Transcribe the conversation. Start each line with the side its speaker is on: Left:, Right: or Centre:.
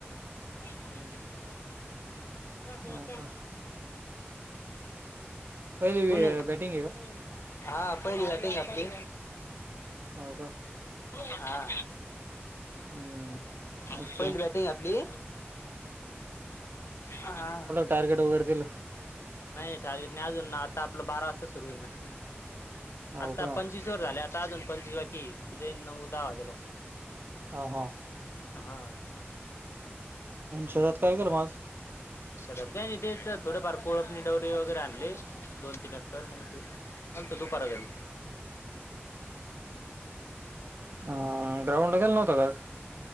Left: हम्म! हम
Right: हा का पहिली
Left: कोण आहे.
Right: बॅटिंग
Left: हा पहिली बॅटिंग आपली
Right: का हो का
Left: हा.
Right: हम्म
Left: पहिली
Right: अच्छा
Left: बॅटिंग आहे आपली हा हा
Right: टारगेट वगैरे दिल
Left: नाही टारगेट नाही अजून ना आता आपलं बारा वाजता सुरू होईल ना
Right: हो
Left: आता
Right: का
Left: पंचवीस सुरु झाले आता अजून पंचवीस बाकी आहे म्हणजे नऊ दहा वाजलो
Right: हो हो
Left: हा
Right: शेतात काय केलं मग आज?
Left: शेतात काय नाही तेच थोडे फार कोळपणी डवरे वगैरे आणले दोन तीन एकर मग ते आणतो दुपारी
Right: आ ग्राउंडला गेला नव्हतं काय आज